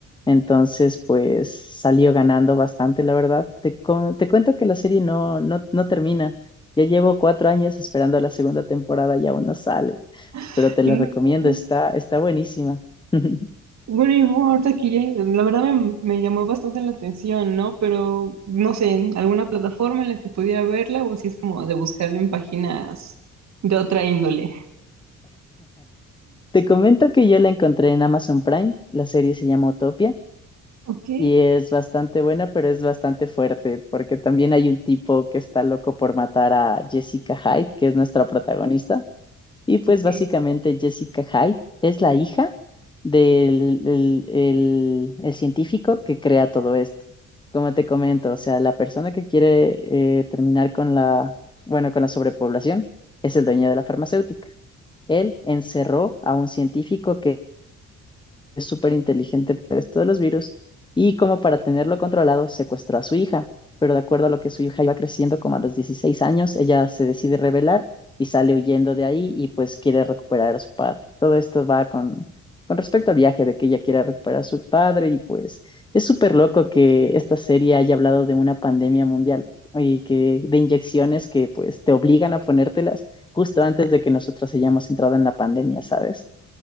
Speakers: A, on the left (about 15°); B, on the right (about 65°).
A: Entonces, pues salió ganando bastante, la verdad. Te, cu- te cuento que la serie no, no, no termina. Ya llevo cuatro años esperando la segunda temporada y aún no sale,
B: <laughs>
A: pero te
B: No.
A: la recomiendo, está, está buenísima. <laughs>
B: Bueno, y bueno, ahorita que ya- la verdad me, me llamó bastante la atención, ¿no? Pero no sé, en alguna plataforma en la que pudiera verla o si es como de buscarla en páginas de otra índole.
A: Te comento que yo la encontré en Amazon Prime, la serie se llama Utopia
B: Ok,
A: y es bastante buena, pero es bastante fuerte, porque también hay un tipo que está loco por matar a Jessica Hyde, que es nuestra protagonista. Y pues
B: ok.
A: básicamente Jessica Hyde es la hija del el, el- el científico que crea todo esto. Como te comento, o sea, la persona que quiere eh, terminar con la, bueno, con la sobrepoblación es el dueño de la farmacéutica. Él encerró a un científico que es súper inteligente para esto de los virus y como para tenerlo controlado secuestró a su hija, pero de acuerdo a lo que su hija iba creciendo, como a los 16 años, ella se decide rebelar y sale huyendo de ahí y pues quiere recuperar a su padre. Todo esto va con, con respecto al viaje de que ella quiere recuperar a su padre y pues es súper loco que esta serie haya hablado de una pandemia mundial y que de inyecciones que pues te obligan a ponértelas justo antes de que nosotros hayamos entrado en la pandemia, ¿sabes?